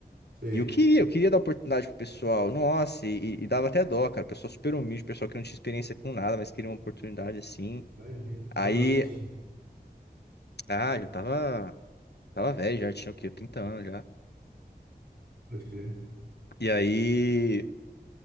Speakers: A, on the right; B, on the left.
A: sei.
B: E eu queria, eu queria dar oportunidade pro pessoal. Nossa, e, e- dava até dó, cara. Pessoal super humilde, pessoal que não tinha experiência com nada, mas queria uma oportunidade assim.
A: Imagino. Quantos
B: Aí,
A: anos você tinha?
B: ah, já tava, tava velho, já tinha o quê? trinta anos já.
A: Pode crer.
B: E aí,